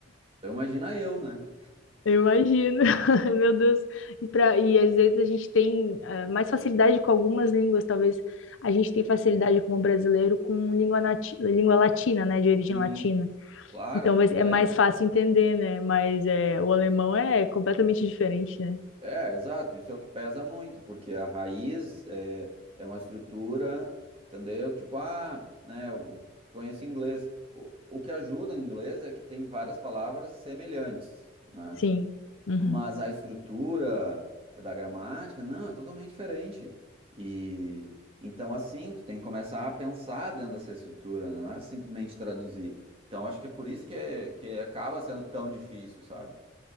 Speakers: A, on the right; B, on the left.
A: Então, imagina eu, né?
B: eu imagino. <laughs> Meu Deus. E, pra, e às vezes a gente tem eh, mais facilidade com algumas línguas, talvez a gente tem facilidade como brasileiro com língua, nati língua latina, né? De origem
A: Sim,
B: latina.
A: claro.
B: Então vai-
A: É.
B: é mais fácil entender, né? Mas é, o alemão é completamente diferente, né?
A: É, exato, isso é o que pesa muito, porque a raiz é, é uma estrutura, entendeu? Tipo, ah, né, eu conheço inglês. O, o que ajuda em inglês é que tem várias palavras semelhantes, né?
B: Sim. Uhum.
A: Mas a estrutura da gramática, não, é totalmente diferente. E então, assim, tu tem que começar a pensar dentro dessa estrutura, né? Não é simplesmente traduzir. Então, acho que é por isso que, é- que acaba sendo tão difícil, sabe?